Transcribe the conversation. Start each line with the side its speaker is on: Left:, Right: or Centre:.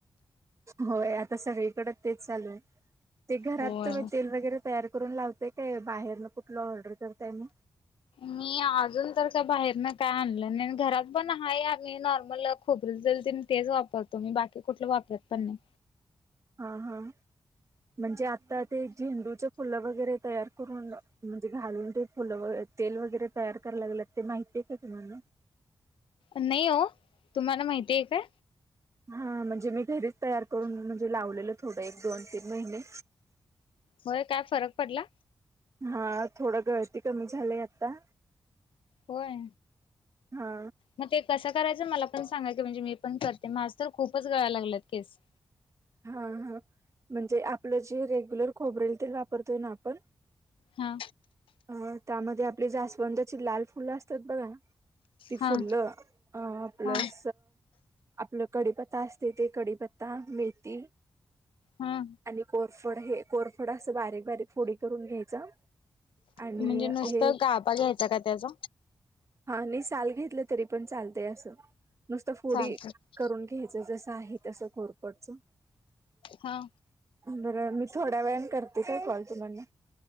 Right: होय आता सगळीकडे तेच चालू आहे. ते घरात
Left: होय.
Right: तुम्ही तेल वगैरे तयार करून लावताय. काय बाहेरन कुठलं ऑर्डर करताय? मग
Left: मी अजून तर काय बाहेरन काय आणलं नाही. घरात पण हाय आम्ही नॉर्मल खोबरेल तेल तेन तेच वापरतो. मी बाकी कुठलं वापरत पण नाही.
Right: हां हां. म्हणजे आता ते झेंडूच फुलं वगैरे तयार करून म्हणजे घालून ते फुलं व तेल वगैरे तयार कराय लागल्या. ते माहितीय का तुम्हाला?
Left: नाही हो, तुम्हाला माहिती आहे का?
Right: हा म्हणजे मी घरीच तयार करून म्हणजे लावलेलं थोडं एक दोन तीन महिने.
Left: होय काय फरक पडला?
Right: हा थोडं गळती कमी झालंय आत्ता.
Left: होय.
Right: हा
Left: मग ते कसं करायचं मला पण सांगाल क म्हणजे मी पण करते, माझ तर खूपच गळाय लागल्यात केस.
Right: हा हा म्हणजे आपलं जे रेग्युलर खोबरेल तेल वापरतोय ना आपण,
Left: हा
Right: अ त्यामध्ये आपली जास्वंदाची लाल फुलं असतात बघा ती फुल्लं
Left: हा
Right: अ प्लस
Left: हा
Right: आपलं कडीपत्ता असते ते कडीपत्ता, मेथी
Left: हा
Right: आणि कोर- फड हे कोरफड असं बारीक बारीक फोडी करून घ्यायच, आणि
Left: म्हणजे नुसतं
Right: हे
Left: गाबा घ्यायचा का त्याचा?
Right: हा नाही साल घेतले तरी पण चालतय असं, नुसतं फोडी
Left: चालतंय
Right: करून घ्यायचं जसं आहे तसं कोरफडचं.
Left: हा
Right: बरं मी थोड्या वेळाने करते काय कॉल तुम्हाला,